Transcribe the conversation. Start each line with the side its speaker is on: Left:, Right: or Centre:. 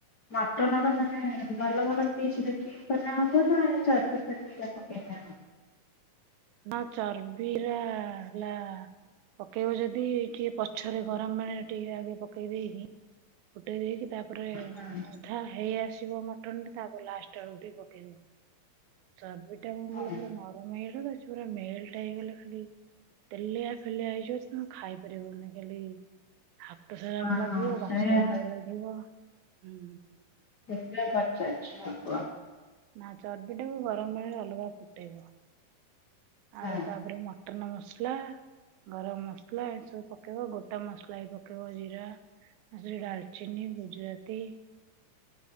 Left: ମଟନର ମାନେ ଭଲ ଭଲ ପିସ୍ ଦେଖି ମାନେ ହବ ନା ଚରବି ଫର୍ବି ପକେଇଲେ ହବ?
Right: ନା ଚର୍ବିରା ହେଲା ପକେଇବ ଯଦି ଟିକେ ପଛରେ ଗରମ ପାଣିରେ ଟିକେ ଆଗେ ପକେଇ ଦେଇକି ଫୁଟେଇ ଦେଇକି ତାପରେ
Left: ହଁ
Right: ଅଧା ହେଇ ଆସିବ ମଟନ ଟ ତାପରେ ଲାଷ୍ଟ ବେଳକୁ ଟିକେ ପକେଇବ। ଚର୍ବି ଟା ମଙ୍ଗଲ
Left: ହଁ।
Right: ପୁରା ନରମ ହେଇଗଲାତ ହେ ଛୁ। ପୁରା ମେଲେ ଟା ହେଇଗଲା ଖାଲି ତେଲିଆ ଫେଲିଆ ହେଇଯିବ ତୁ ଖାଇପାରିବନି ଖାଲି। ହାତ ସାରା
Left: ହଁ
Right: ଲାଗିବ
Left: ହଁ
Right: ବାସନ
Left: ସେଇଆ
Right: ରେ ଲାଗିବ ହୁଁ।
Left: କେତେ ଖର୍ଚ୍ଚ ଅଛି ହଁ କୁହ?
Right: ନା ଚର୍ବି ଟାକୁୁ ଗରମ ପାଣିରେ ଅଲଗା ଫୁଟେଇବ
Left: ହଁ।
Right: ଆଉ ତାପରେ ମଟ ମଟନ ମସଲା ଗରମ ମସଲା ଏ ସବୁ ପକେଇବ ଗୋଟା ମସଲା ବି ପକେଇବ ଜିରା ସେଥିରେ ଡାଲଚିନି ଗୁଜୁରାତି